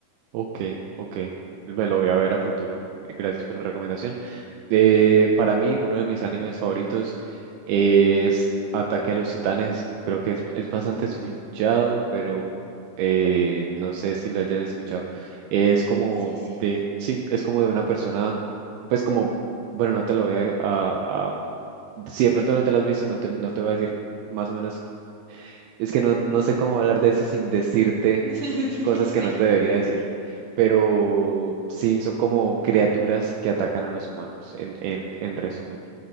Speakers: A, on the right (about 80°); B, on the right (about 45°).
A: Ok, ok, me lo voy a ver a futuro. Eh, Gracias por la recomendación. De, para mí, uno de mis animes favoritos es Ataque a los Titanes. Creo que es, es bastante
B: Mm,
A: escuchado, pero eh, no sé si lo hayas escuchado. Es como
B: sí, sí.
A: de, sí, es como de una persona, pues como, bueno, no te lo voy a, a- a- si de pronto no te lo has visto, no te, no te voy a decir más o menos es que no, no sé cómo hablar de eso sin decirte
B: <laughs>
A: cosas
B: Sí,
A: que no te debería decir, pero sí, son como criaturas que atacan a los humanos, en, en, en resumen.